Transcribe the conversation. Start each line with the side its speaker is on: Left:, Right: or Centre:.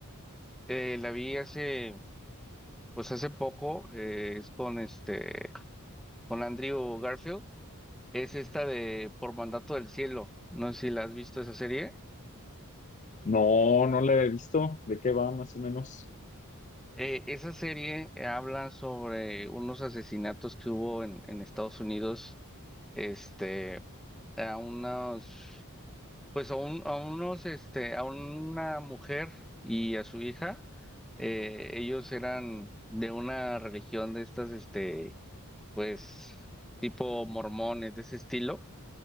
Centre: eh, la vi hace, pues hace poco, eh, es con este, con Andrew Garfield, es esta de Por Mandato del Cielo, no sé si la has visto esa serie.
Left: No, no la he visto. ¿De qué va más o menos?
Centre: Eh, esa serie habla sobre unos asesinatos que hubo en, en Estados Unidos, este, a unos Pues a un- a unos, este, a una mujer y a su hija, eh, ellos eran de una religión de estas, este, pues, tipo mormones, de ese estilo.